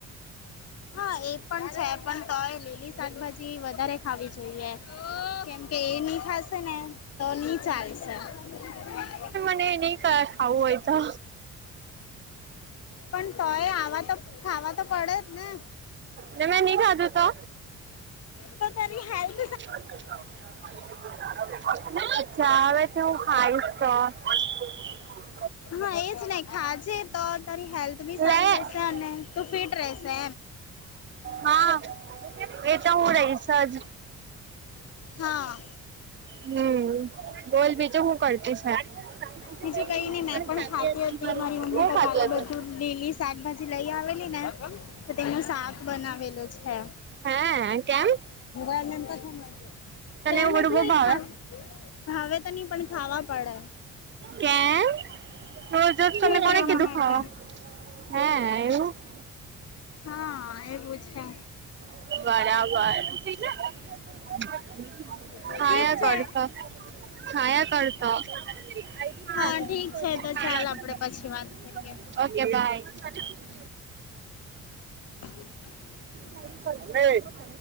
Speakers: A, on the left (about 55°); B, on the right (about 40°).
A: હા, એ પણ છે પણ તોય લીલી શાકભાજી વધારે ખાવી જોઈએ. કેમ કે એ ની થાશે ને તો ની ચાલશે. <unintelligible>
B: ને એ નઈ ક ખાવું હોય તો
A: પણ તોય આવા તો ખાવા તો પડે જ ને
B: ને મેં ની ખાદુ તો.
A: તો તેની હેલ્પ.
B: <unintelligible> તો હું ખાઈશ તો. <inaudible>
A: હા એજ નહી ખાજે તો તારી હેલ્થ બી સારી
B: લે
A: રશે અને તું ફિટ રેશે.
B: હા એ તો હું રહીશજ.
A: હા.
B: હમ બોલ બીજું હું કરતી <unintelligible> પણ
A: બીજું કઈ નને મેં પણ
B: ખાતી
A: હાતી હતી મારી મમ્મી
B: હું
A: તો
B: ખાતી
A: કાલે
B: હતી
A: બધું. લીલી શાકભાજી લઈ આવેલી ને તો તેનું શાક બનાવેલું છે.
B: હે કેમ
A: <inaudible>
B: તને
A: કેમ
B: એવું બધું
A: એટલે
B: બહુ ભાવે
A: <unintelligible> હવે તો નહી પણ ખાવા પડે.
B: કેજ કો કીધું
A: ફિટ રહેવા માટે.
B: ખાવા <unintelligible>
A: હા એવું છે.
B: બરાબર. <unintelligible>
A: ઠીક છે.
B: <unintelligible> ઓકે
A: હા ઠીક છે તો ચાલ આપડે પછી
B: બાય.
A: વાત કરીએ. <unintelligible>
B: <inaudible>